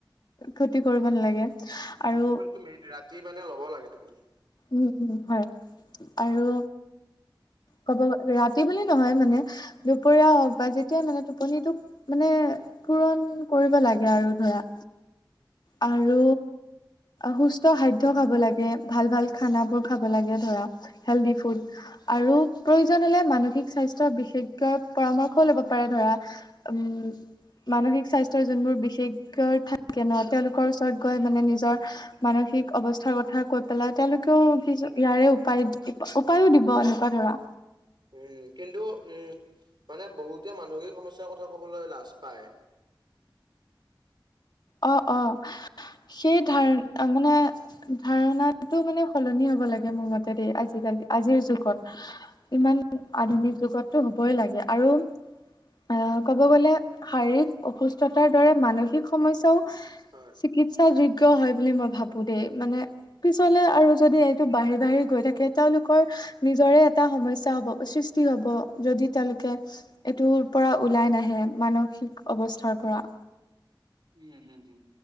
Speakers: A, on the left; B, on the right.
A: ক্ষতি কৰিব নালাগে। আৰু
B: উম টোপনিটো মেইন ৰাতি মানে ল'ব লাগে টোপনি।
A: উম উম হয়, আৰু ক'ব ৰাতি বুলি নহয় মানে, দুপৰীয়া হওঁক বা যেতিয়া মানে টোপনিটোক মানে পূৰণ কৰিব লাগে আৰু ধৰা। আৰু, সুস্থ খাদ্য খাব লাগে, ভাল ভাল খানা বোৰ খাব লাগে ধৰা, হেল্ডি ফুড। আৰু, প্ৰয়োজন হ'লে মানসিক স্বাস্থ্য বিশেষজ্ঞৰ পৰামৰ্শও লব পাৰে ধৰা। উম। মানসিক স্বাস্থ্যৰ যোনবোৰ বিশেষকৈ থাকে ন, তেওঁলোকৰ ওচৰত গৈ মানে নিজৰ মানসিক অৱস্থাৰ কথা কৈ পেলাই তেওঁলোকে কিজে ইয়াৰে উপায় উপায়ো দিব এনেকুৱা ধৰা।
B: উম কিন্তু, উম, মানে বহুতে মানসিক সমস্্যাৰ কথা কবলৈ লাজ পায়।
A: অ', অ' সেই ধাৰ
B: উম
A: মানে ধাৰণাতটো মানে সলনি হ'ব লাগে, মোৰ মতে দেই আজিকালি আজিৰ যুগত। ইমান আধুনিক যুগতটো হ'বই লাগে আৰু আহ, ক'ব গ'লে শাৰীৰিক অসুস্থতাৰ দৰে মানসিক সমস্যাও,
B: হয়
A: চিকিৎসা যোগ্য হয় বুলি মই ভাবো দেই, মানে পিছলে আৰু যদি এইটো বাহিৰ বাহি গৈ থাকে, তেওঁলোকৰ নিজৰে এটা সমশ্য হ'ব সৃষ্টি হ'ব, যদি তেওঁলোকে এইটোৰ পৰা ওলাই নাহে, মানসিক অৱস্থাৰ পৰা।
B: উম হম হম,